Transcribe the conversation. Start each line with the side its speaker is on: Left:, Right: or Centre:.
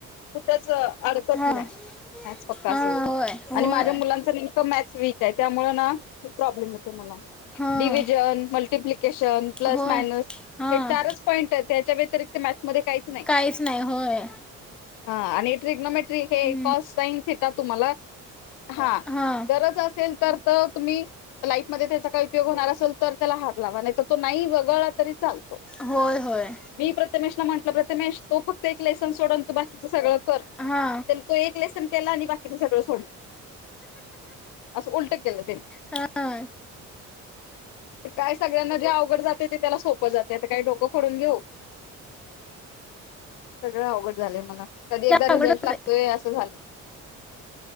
Left: कुठच अडकत
Centre: हां
Left: नाही मॅथ्स पक्का
Centre: हां
Left: असेल तर
Centre: होय होय
Left: आणि माझ्या मुलांचा एक दम मॅथस वीक आहे त्यामुळ ना खूप प्रॉब्लेम येतोय मला.
Centre: हां
Left: डिव्हिजन मल्टिप्लिकेशन प्लस
Centre: होय
Left: मायनस
Centre: हां
Left: हे चारच पॉईंट आहेत त्याच्या व्यतिरिक्त मॅथ्स मध्ये काहीच नाही.
Centre: काहीच नाही होय.
Left: हा आणि ट्रिग्नोमेट्रीक हे
Centre: हम्म
Left: कॉस साईन थिटा तुम्हाला हा.
Centre: हा
Left: गरज असेल तर तर तुम्ही लाईफमध्ये त्याचा काही उपयोग होणार असेल तर त्याला हात लावा नाहीतर तो नाही वगळला तरी चालतो.
Centre: होय होय.
Left: मी प्रतमेशला म्हटलं प्रतमेश तो फक्त एक लेसन सोड आणि तू बाकीचं सगळं कर.
Centre: हा
Left: त्यानं तो एक लेसन केला आणि बाकीच सगळ सोडल असं उलट केलं तेनी.
Centre: हां
Left: काय सगळ्यांना जे अवघड जातय ते त्याला सोपं जातय आता काय डोकं फोडून घेऊ. सगळं अवघड झालंय मला कधी एकदा रिझल्ट
Centre: अवघडच
Left: लागतोय
Centre: आहे
Left: असं झालं